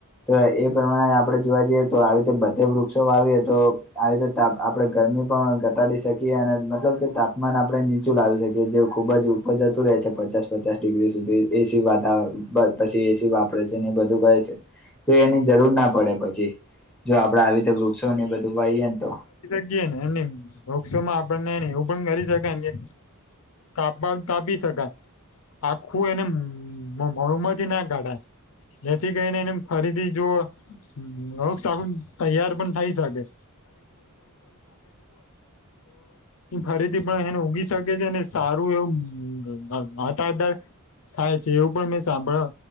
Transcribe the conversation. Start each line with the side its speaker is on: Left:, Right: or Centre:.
Centre: તો એ પ્રમાણે આપણે જોવા જઈએ તો આવી રીતે બધે વૃક્ષો વાવીએ તો આવી રીતે આપણે ગરમી પણ ઘટાડી શકીએ અને મતલબ કે તાપમાન આપણે લાવી શકે જે ખુબ જ ઉપર જતું રહે છે પચાસ પચાસ ડિગ્રી સુધી એ સી વાતાવરણ બસ પછી એ સી વાપરે છે ને એ બધું કરે છે તો એની જરૂર ના પડે પછી જો આપડે આવી રીતે વૃક્ષો ને એ બધું વાઈએ ને તો
Left: જગએ ને એમ વોક્ષો માં આપને એવું પણ કરી શકાયને તાપમાન તાપી શકાય. આખું એને મોડુમથી ના ગાડાય. જેથી ગઈને એને ફરીથી જોઓ <unintelligible> તૈયાર પણ થઈ શક એ ફરીથી પણ એને ઉગી શકે છે ને સારું એવું <unintelligible> થાય છે એવું પણ મેં સાંભળ